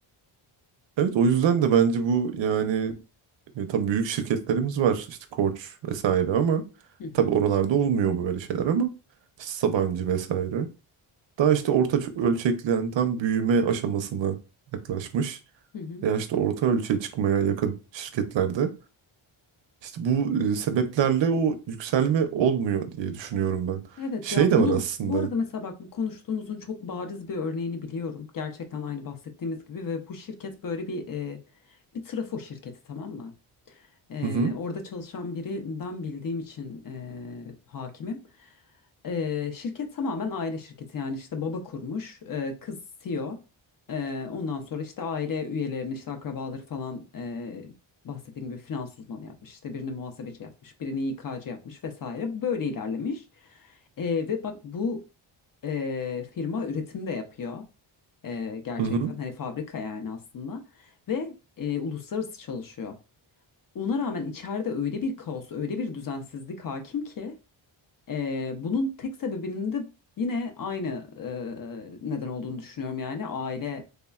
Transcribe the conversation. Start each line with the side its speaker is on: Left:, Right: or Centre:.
Right: Evet o yüzden de bence bu yani e, tabii büyük şirketlerimiz var işte Koç vesaire ama
Left: Hı hı.
Right: tabii oralarda olmuyor böyle şeyler ama işte Sabancı vesaire. Daha işte orta ç- ölçekli yani tam büyüme aşamasına yaklaşmış
Left: Hı hı.
Right: veya işte orta ölçeğe çıkmaya yakın şirketlerde İşte bu e, sebeplerle o yükselme olmuyor diye düşünüyorum ben.
Left: Evet
Right: Şey
Left: ya
Right: de
Left: bunun
Right: var aslında.
Left: bu arada mesela bak bu konuştuğumuzun çok bariz bir örneğini biliyorum. Gerçekten aynı bahsettiğimiz gibi ve bu şirket böyle bir e, bir trafo şirketi tamam mı? Eee,
Right: Hı hı.
Left: orada çalışan birinden bildiğim için eee, hakimim. Eee, şirket tamamen aile şirketi yani işte baba kurmuş, eee, kız CEO. Eee, ondan sonra işte aile üyelerini işte akrabaları falan eee bahsettiğim gibi finans uzmanı yapmış. işte birini muhasebeci yapmış, birini İK'cı yapmış vesaire. Böyle ilerlemiş. Eee, ve bak bu eee, firma üretim de yapıyor. Eee, gerçekten
Right: Hı hı.
Left: hani fabrika yani aslında ve eee, uluslararası çalışıyor. Ona rağmen içeride öyle bir kaos, öyle bir düzensizlik hakim ki eee, bunun tek sebebinin de yine aynı eee, neden olduğunu düşünüyorum yani aile